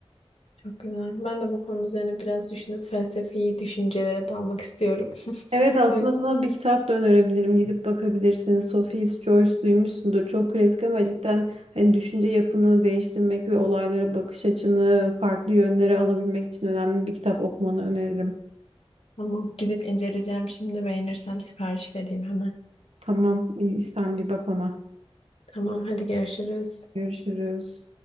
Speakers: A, on the left; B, on the right.
A: Çok güzel. Ben de bu konu üzerine biraz düşünüp felsefi düşüncelere dalmak istiyorum. <laughs>
B: Evet aslında
A: O yüzden
B: sana bir kitap da önerebilirim. Gidip bakabilirsiniz. Sophie's Choice duymuşsundur. Çok klasik ama cidden hani düşünce yapını değiştirmek ve olaylara bakış açını farklı yönlere alabilmek için önemli bir kitap okumanı öneririm.
A: Tamam, gidip inceleyeceğim. Şimdi beğenirsem sipariş vereyim hemen.
B: Tamam, iyi, sen bir bak ona.
A: Tamam, hadi görüşürüz.
B: Görüşürüz.